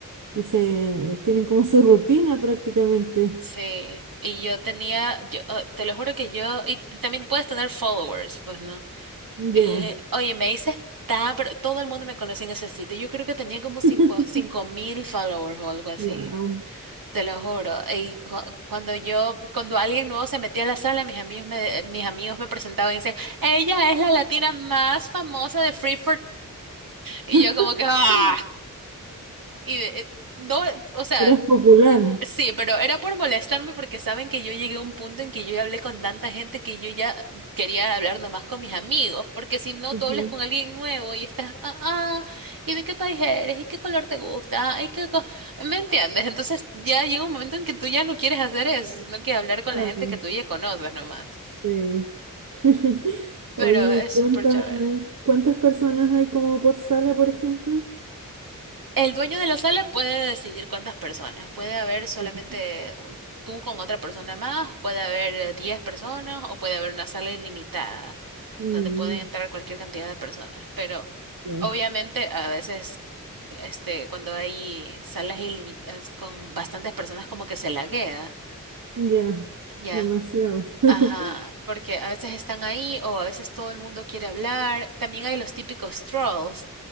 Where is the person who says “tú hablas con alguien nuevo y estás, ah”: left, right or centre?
Right